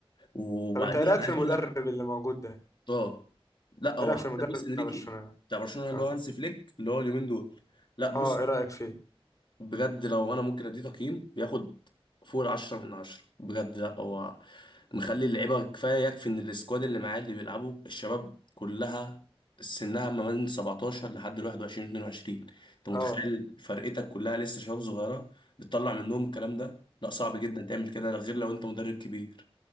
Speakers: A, on the left; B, on the left.
A: وبعديها
B: طب انت ايه رأيك
A: انا
B: في
A: عايز
B: المدرب
A: اقول لك
B: اللي موجود ده
A: اه لا هو
B: ايه رأيك
A: حتى
B: في المدرب
A: لويس انريكي
B: بتاع برشلونة
A: بتاع برشلونه اللي
B: اه
A: هو هانس فليك اللي هو اليومين دول لا بص
B: اه ايه رأيك فيه
A: بجد لو انا ممكن اديه تقييم بياخد فوق العشرة من عشرة بجد لا هو مخلي اللعيبة كفاية يكفي ان السكواد اللي معاه اللي بيلعبوا الشباب كلها سنها ما بين 17 لحد 21 22 انت متخيل
B: اه
A: فرقتك كلها لسه شباب صغيرة بتطلع منهم الكلام ده لا صعب جدا تعمل كده غير لو انت مدرب كبير